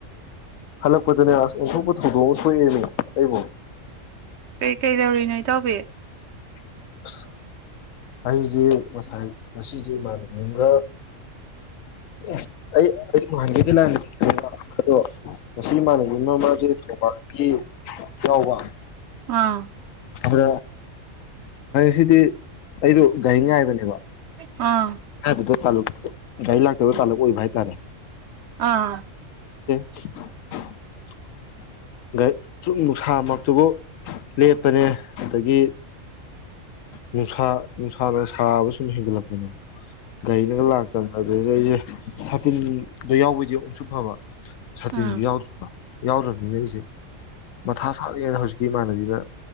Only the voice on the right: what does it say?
ꯀꯩꯀꯩ ꯇꯧꯔꯤꯅꯣ ꯏ ꯇꯥꯎꯕꯤ
ꯑꯥ
ꯑꯥ
ꯑꯥ
ꯑꯥ